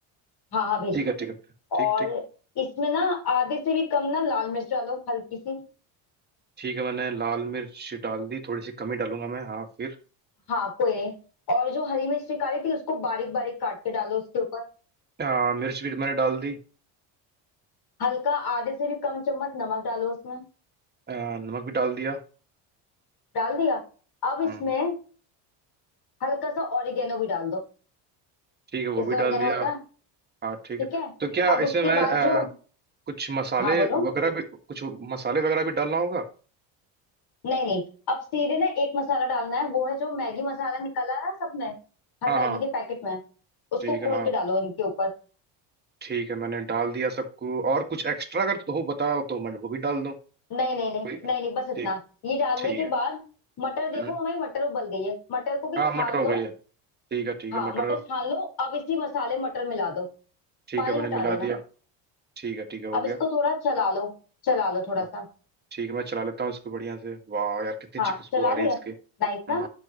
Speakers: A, on the left (about 55°); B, on the right (about 20°).
A: हाँ हाँ भेजना
B: ठीक है ठीक है ठीक
A: और
B: ठीक
A: इसमें ना आधे से भी कम ना लाल मिर्च डालो हल्की सी
B: ठीक है मैंने लाल मिर्च डाल दी थोड़ी सी कमी डालूंगा मैं हाँ फिर
A: हाँ कोई नहीं और जो हरी मिर्च निकाली थी उसको बारीक बारीक काट के डालो उसके ऊपर
B: आ, मिर्च भी मैंने डाल दी
A: हल्का आधे से भी कम चम्मच नमक डालो उसमें
B: आ, नमक भी डाल दिया
A: डाल दिया अब इसमें
B: हम्म
A: हल्का सा ऑरिगेनो भी डाल दो
B: ठीक है वो
A: पिज्जा
B: भी डाल
A: ऑरिगेनो
B: दिया
A: होता है
B: हाँ ठीक
A: ठीक
B: है
A: है
B: तो क्या
A: अब उसके
B: इसमें मैं
A: बाद
B: आ,
A: जो
B: कुछ मसाले
A: हाँ बोलो
B: वगैरह भी कुछ मसाले वगैरह भी डालना होगा
A: नहीं नहीं अब सीधे ना एक मसाला डालना है वो है जो मैगी मसाला निकला है ना सब में हर
B: हाँ
A: मैगी
B: हाँ
A: के पैकेट में उसको
B: ठीक है
A: खोल
B: हाँ
A: के डालो इनके ऊपर
B: ठीक है मैंने डाल दिया सबको और कुछ एक्स्ट्रा अगर तो हो बताओ तो मैं वो भी डाल दूँ
A: नहीं नहीं नहीं
B: कोई ठीक
A: नहीं नहीं बस इतना ये डालने
B: ठीक
A: के
B: है
A: बाद मटर देखो
B: हम्म
A: हमारी मटर उबल गई है मटर को भी
B: हाँ
A: छान
B: मटर हो
A: लो
B: गई है ठीक है ठीक
A: हाँ
B: है मटर
A: मटर छान लो अब इसी मसाले में मटर मिला दो
B: ठीक
A: पानी
B: है मैंने
A: हटा
B: मिला
A: देना
B: दिया ठीक है ठीक है हो
A: अब
B: गया
A: इसको थोड़ा चला लो चला लो थोड़ा
B: हाँ
A: सा
B: ठीक है मैं चला लेता हूँ इसको बढ़िया से वाह यार कितनी
A: हाँ
B: अच्छी खुशबू
A: चला
B: आ रही
A: लिया
B: है इसके
A: नाइस
B: हम्म
A: ना